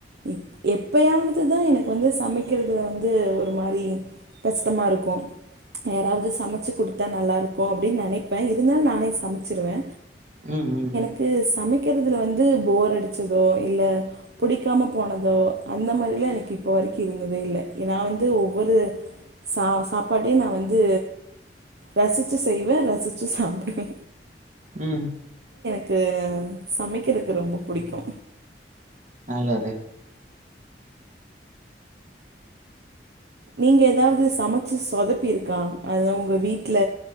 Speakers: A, on the right; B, on the right.
A: எ எப்பயாவதுதா எனக்கு வந்து சமைக்கறதுல வந்து ஒரு மாரி கஷ்டமா இருக்கு. யாராவது சமைச்சு குடுத்தா நல்லா இருக்கு அப்டின்னு நெனைப்பே இருந்தாலு நானே சமைச்சிருவே.
B: ம் ம்
A: னக்கு சமைக்கிறதுல வந்து போர் அடிச்சதோ இல்ல பிடிக்காம போனதோ அந்த மாரி எல்லா எனக்கு இப்ப வரைக்கு இருந்ததே இல்ல. நா வந்து ஒவ்வொரு சா சாப்பாட் டயு நா வந்து ரசிச்சி செய்வே ரசி ச்சு சாப்டுவே
B: ம்
A: க்கு சமைக்கிறக்கு ரொம்ப புடிக்கு.
B: நல்லது
A: நீங்க எதாவது சமைச்சு சொதப்பி இருக்கா? அதா உங்க வீட்ல